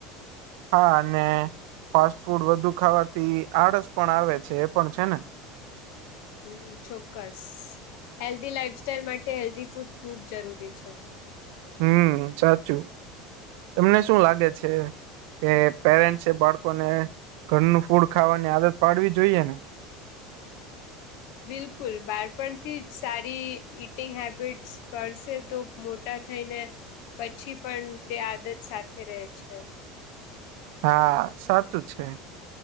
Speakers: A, on the right; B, on the left.
A: હા અને ફાસ્ટ ફૂડ વધુ ખાવાથી આળસ પણ આવે છે એ પણ છે ને,
B: હમ ચોક્કસ, હેલ્ધી લાઈફસ્ટાઈલ માટે હેલ્ધી ફૂડ ખુબ જરૂરી છે.
A: હમ સાચું, તમને શું લાગે છે? કે પેરેન્ટસ એ બાળકોને ઘરનું ફૂડ ખાવાની આદત પાડવી જોઈએ ને.
B: બિલકુલ બાળપણથી જ સારી ઈટિંગ હેબિટ્સ પડશે તો મોટા થઈને પછી પણ તે આદત સાથે રહે છે.
A: હા સાચું છે.